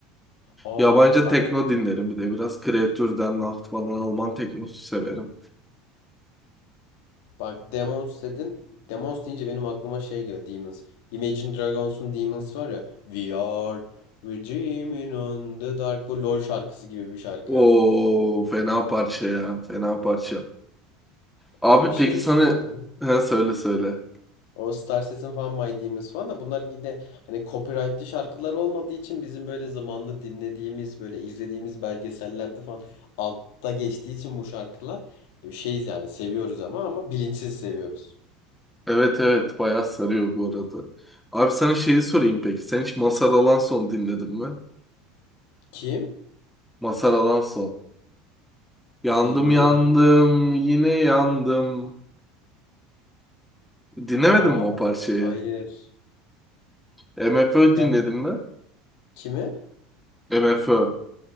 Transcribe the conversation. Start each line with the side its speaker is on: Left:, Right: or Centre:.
Left: Aa
Centre: Yabancı
Left: bak
Centre: tekno dinlerim bir de. Biraz Kreatür'den, Nacht falan Alman teknosu severim.
Left: Bak Demons dedin. Demons deyince benim aklıma şey geliyor. Demons. Imagine Dragons'un Demons var ya. We are redeeming on the dark. Bu LOL şarkısı gibi bir şarkı.
Centre: Oo fena parça ya. Fena parça. Abi
Left: O şey
Centre: peki sana...
Left: Hı hı.
Centre: Ha, söyle söyle.
Left: o Star Citizen falan My Demons falan da bunlar yine hani copyrightlı şarkılar olmadığı için bizim böyle zamanda dinlediğimiz böyle izlediğimiz belgesellerde falan altta geçtiği için bu şarkılar böyle şeyiz yani seviyoruz ama ama bilinçsiz seviyoruz.
Centre: Evet evet bayağı sarıyor bu arada. Abi sana şeyi sorayım peki. Sen hiç Mazhar Alanson dinledin mi?
Left: Kim?
Centre: Mazhar Alanson. Yandım
Left: Bilmiyorum.
Centre: yandım yine yandım. Dinlemedin
Left: Aa
Centre: mi o parçayı?
Left: hayır.
Centre: MFÖ
Left: Yanlış
Centre: dinledin mi?
Left: Kimi?
Centre: MFÖ.